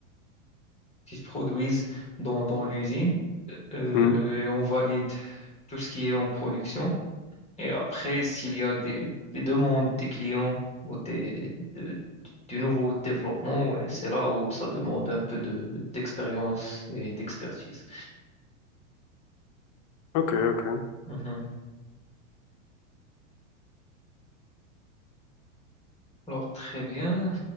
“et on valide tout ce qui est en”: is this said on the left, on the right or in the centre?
Left